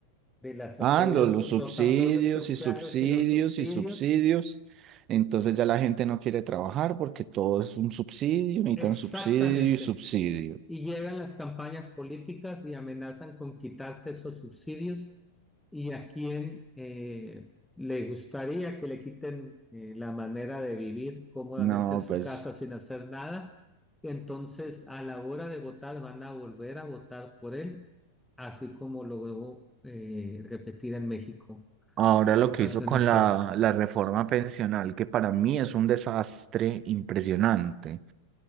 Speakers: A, in the centre; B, on the right (about 30°).
A: de los
B: Ah,
A: apoyos,
B: lo- los, subsidios
A: los apoyos sociales
B: y subsidios
A: y los subsidios.
B: y subsidios. Entonces ya la gente no quiere trabajar porque todo es un subsidio, necesitan
A: Exactamente.
B: subsidio y subsidio.
A: Y llegan las campañas políticas y amenazan con quitarte esos subsidios y a quién eh, le gustaría que le quiten eh, la manera de vivir cómodamente
B: No,
A: en su
B: pues
A: casa sin hacer nada. Entonces, a la hora de votar, van a volver a votar por él, así como lo debo eh, repetir en México,
B: ahora lo
A: el
B: que
A: patrón
B: hizo con
A: del
B: la,
A: Uh
B: la reforma pensional, que para mí es un desastre impresionante.